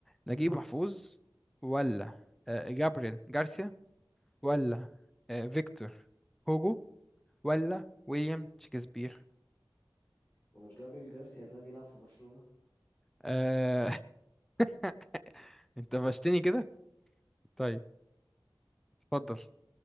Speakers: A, in the centre; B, on the left (about 25°).
A: نجيب محفوظ ولا آه، جابريل جارسيا ولا آه، فيكتور هوجو ولا ويليام شكسبير
B: ما مش جابريل جارسيا ده بيلعب في برشلونة
A: آه... <laughs> انت فشتني كده طيب اتفضل